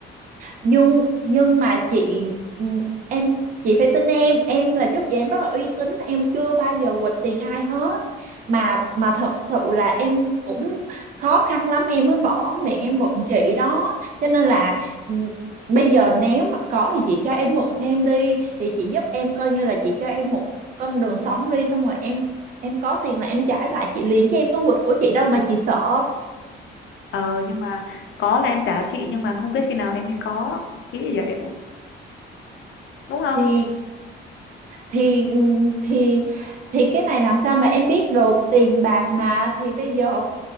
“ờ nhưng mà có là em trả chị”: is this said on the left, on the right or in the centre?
Left